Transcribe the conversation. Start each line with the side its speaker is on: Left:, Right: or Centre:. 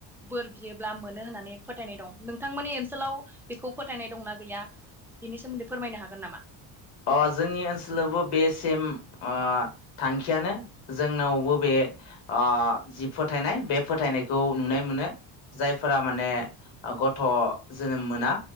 Centre: बोर बियो ब्ला मोनो होननानै फोथायनाय दं नोंथांमोननि ओनसोलाव बेखौ फोथायनाय दंना गैया बेनि सोमोन्दै फोरमायनो हागोन नामा?
Left: अ जोंनि ओनसोलावबो बे सेम ओ थांखियानो जोंनावबो बे अ जि फोथायनाय बे फोथायनायखौ नुनाय मोनो जायफोरा माने गथ' जोनोम मोना